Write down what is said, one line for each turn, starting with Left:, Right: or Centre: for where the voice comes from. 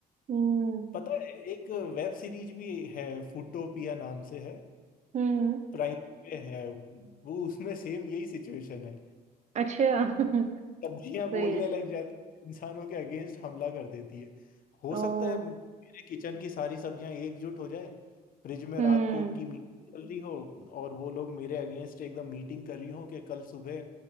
Right: हम्म
Left: पता है एक वेब सीरीज भी है फूटोपिया नाम से है
Right: हम्म
Left: प्राइम पे है वो उसमें सेम यही सिचुएशन है
Right: अच्छा <laughs> सही
Left: सब्जियां बोलने
Right: है
Left: लग जाती है इंसानों के अगेंस्ट हमला कर देती है हो
Right: ओ
Left: सकता है मेरे किचन की सारी सब्जियां एकजुट हो जाए फ्रिज में
Right: हम्म
Left: रात को उनकी मीटिंग चल रही हो और वो लोग मेरे अगेंस्ट एकदम मीटिंग कर रही हो कि कल सुबह